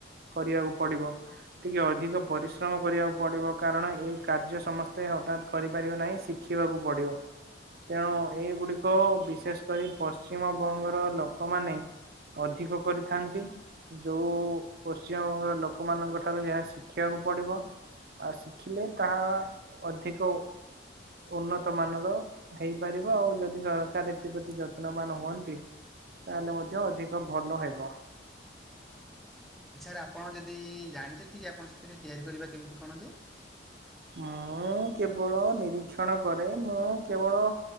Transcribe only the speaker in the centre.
ସାର୍ ଆପଣ ଯଦି ଜାଣିଛନ୍ତି କି ଆପଣ ସ ସେଥିରେ ତିଆରି କରିବା କେମିତି କଣ ଯେ?